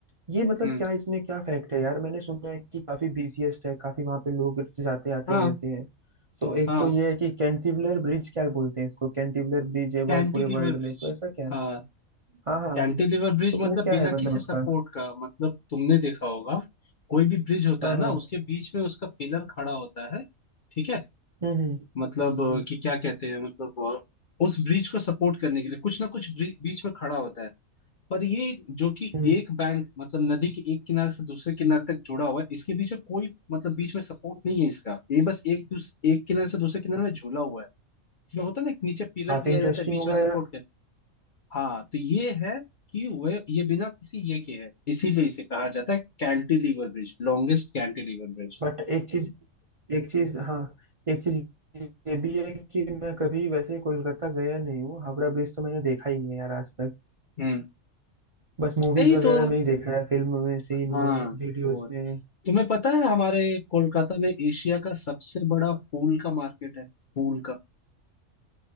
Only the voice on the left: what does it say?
हम्म
हाँ
हाँ
कैंटिलीवर
ब्रिज
हाँ
कैंटिलीवर ब्रिज
मतलब
बिना
किसी
सपोर्ट का मतलब तुमने देखा होगा कोई भी ब्रिज होता
है ना
उसके बीच में उसका पिलर खड़ा होता है ठीक है
मतलब अ,
कि क्या कहते हैं मतलब अ, उस ब्रिज को सपोर्ट करने के लिए कुछ ना कुछ ब्रि- बीच में खड़ा होता है पर ये जो कि
एक बैंक मतलब नदी के एक किनारे से दूसरे किनारे तक जुड़ा हुआ है इसके बीच में कोई मतलब बीच में सपोर्ट नहीं है इसका ये बस एक दूस, एक किनारे से दूसरे किनारे में झूला हुआ है जो होता है ना कि नीचे पिलर
दिया
जाता है बीच
में सपोर्ट
के हाँ तो ये है कि वह ये बिना किसी ये के है इसीलिए इसे कहा जाता है cantilever bridge longest cantilever bridge
हम्म
नहीं
तो
हाँ
वो है।
तुम्हें पता है हमारे कोलकाता में एशिया का सबसे बड़ा फूल का मार्केट है फूल का